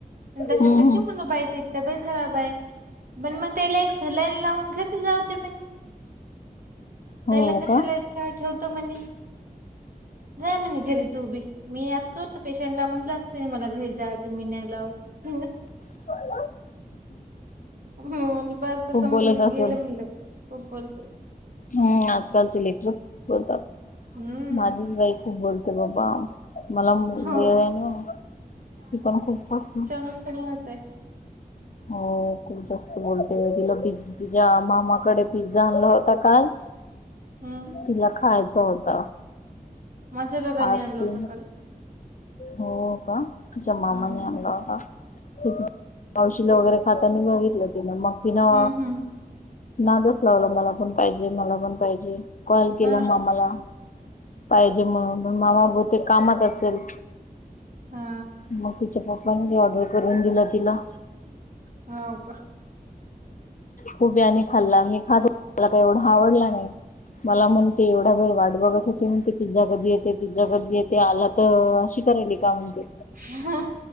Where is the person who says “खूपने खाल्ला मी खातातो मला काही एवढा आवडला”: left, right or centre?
Left